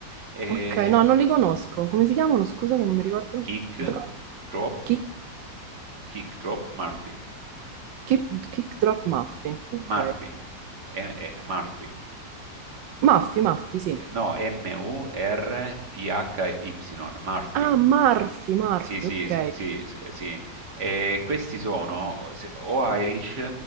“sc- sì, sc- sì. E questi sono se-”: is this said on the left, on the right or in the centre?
Right